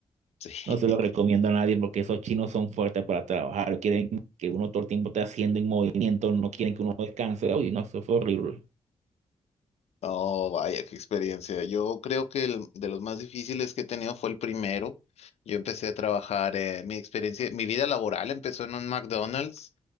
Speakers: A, on the left; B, on the right.
A: <laughs>
B: No se lo recomiendo
A: Sí.
B: a nadie porque esos chinos son fuertes para trabajar. Quieren que uno todo el tiempo esté haciendo en movimiento, no quieren que uno descanse. Uy, no, eso fue horrible.
A: Oh, vaya, qué experiencia. Yo creo que el de los más difíciles que he tenido fue el primero. Yo empecé a trabajar, eh, mi experiencia, mi vida laboral empezó en un McDonald's